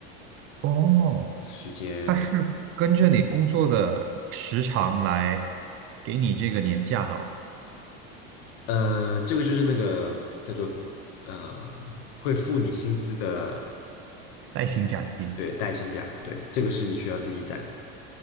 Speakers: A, on the right; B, on the left.
A: 哦，
B: 时间。
A: 它是跟着你工作的时长来
B: 对，
A: 给你这个年假的哦，
B: 呃，这个就是那个叫做呃，会付你薪资的，
A: 带薪假期。
B: 对，带薪假，对，这个是你需要自己攒的。